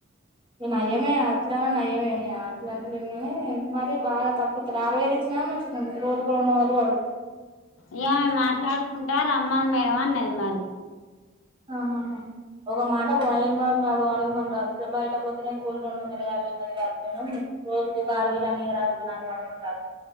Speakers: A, on the right; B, on the left.
A: ఈ నయ్యమే అట్లానా నయ్యమేనా అట్లా అంటలేను కానీ మరి బాగా తక్కువితలే ఆరువేలు ఇచ్చినా మంచిగుండు రోజుకు రెండు వందలు వడు
B: ఈ ఆమె మాట్లాడుకుంటా రమ్మను మేడం అన్నది మరి
A: ఆహ ఒక మాట పోయి మన్నాడు అడుగుమను రాదు ఇట్లా బయట పోతేనే కూలి రెండు వందల యాభైఉన్నది కాదు మేడం రోజు ఒక ఆరు వేల అన్న ఇయరాదులి మేడం అడుగు మాన్రాదు